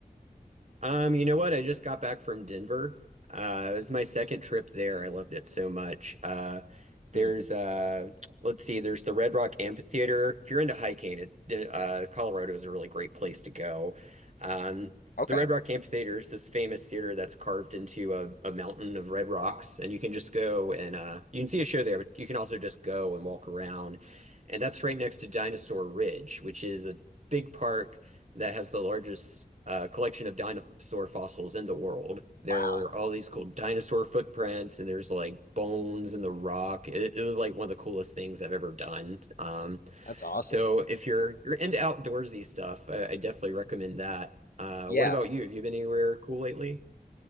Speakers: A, on the right (about 50°); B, on the left (about 70°).
A: Um, you know what? I just got back from Denver. Uh, it was my second trip there. I loved it so much. Uh, there's
B: Mhm.
A: uh, let's see, there's the Red Rock Amphitheater. If you're into hiking, it, uh, Colorado is a really great place to go. Um,
B: Okay,
A: the Red Rock Amphitheater is this famous theater that's carved into a, a mountain of red rocks, and you can just go and uh, you can see a show there, but you can also just go and walk around. And that's right next to Dinosaur Ridge, which is a big park that has the largest uh, collection of dinosaur fossils in the world. There
B: wow,
A: are all these cool dinosaur footprints, and there's like bones in the rock. It, it was like one of the coolest things I've ever done. Um,
B: that's awesome.
A: so if you're you're into outdoorsy stuff, I, I definitely recommend that. Uh,
B: Yeah,
A: what about you? Have you been anywhere cool lately?